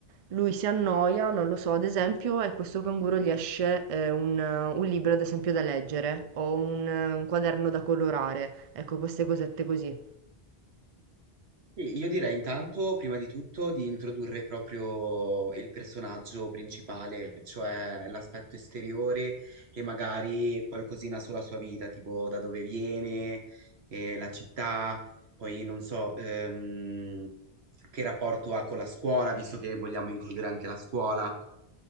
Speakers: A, on the right; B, on the right.
A: lui si annoia, non lo so, ad esempio, e questo canguro gli esce, ehm, un un libro ad esempio da leggere o un un quaderno da colorare, ecco queste cosette così.
B: Sì, Io direi intanto, prima di tutto, di introdurre proprio il personaggio principale, cioè l'aspetto esteriore e magari qualcosina sulla sua vita, tipo da dove viene, eh, la città, poi non so, ehm, che rapporto ha con la scuola, visto che vogliamo includere anche la scuola.